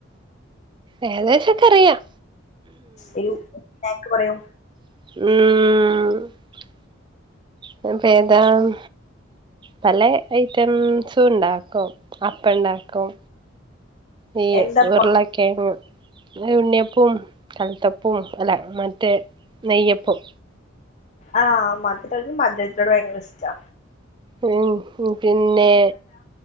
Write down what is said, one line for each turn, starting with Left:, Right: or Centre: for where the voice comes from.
Right: ഏകദേശൊക്കറിയാം
Left: ഒരു സ്‌നാക്ക് പറയൂ
Right: ഉംം ഞാപ്പേതാ ഹും പല ഐറ്റംസും ഉണ്ടാക്കും അപ്പണ്ടാക്കും നീയ്
Left: എന്താപ്പ
Right: ഉരുളക്കേങ്ങ് പിന്നെ ഉണ്ണിയപ്പും കൽത്തപ്പും അല്ല മറ്റേ നെയ്യപ്പും
Left: ആ മധുരടും മധുരത്തിനോട് ഭയങ്കരഷ്ടാ
Right: ഉം ഹ് പിന്നെ